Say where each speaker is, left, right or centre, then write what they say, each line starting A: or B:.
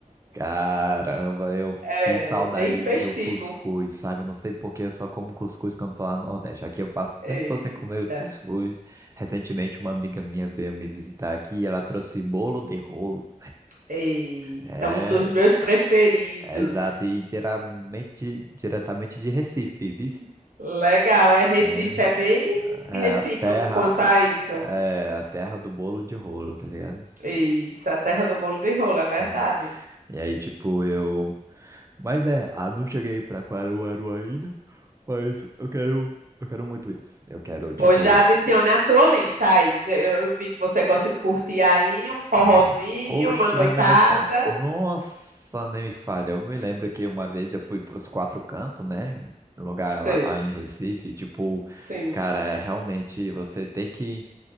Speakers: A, on the right (about 20°); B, on the right (about 85°).
A: Caramba, eu
B: é
A: que saudade
B: bem festivo.
A: de um cuscuz, sabe? Eu não sei por eu só como cuscuz quando tô lá no Nordeste. Aqui eu passo o
B: Eita,
A: tempo todo sem comer cuscuz. Recentemente uma amiga minha veio me visitar aqui e ela trouxe bolo de rolo.
B: eita,
A: É,
B: um dos meus preferidos.
A: é exato, e geralmente, diretamente de Recife, vice?
B: Legal, é Recife,
A: É,
B: é bem
A: é
B: recíproco
A: é a terra,
B: quanto a isso.
A: é é a terra do bolo de rolo, tá ligado?
B: Isso, a terra do bolo de rolo, é verdade.
A: Uhum. E aí, tipo, eu Mas é, ah, não cheguei pra Caruaru ainda, mas eu quero, eu quero muito ir. Eu quero, tipo,
B: Pois já adicione a sua lista aí. Já- Eu eu vi que você gosta de curtir aí um forrozinho,
A: ah, oxe,
B: uma noitada.
A: da melhor forma. Nossa, nem me falha. Eu me lembro que uma vez eu fui pros Quatro Cantos, né? Lugar lá,
B: Sei,
A: lá em Recife, e, tipo,
B: sim.
A: cara, é, realmente você tem que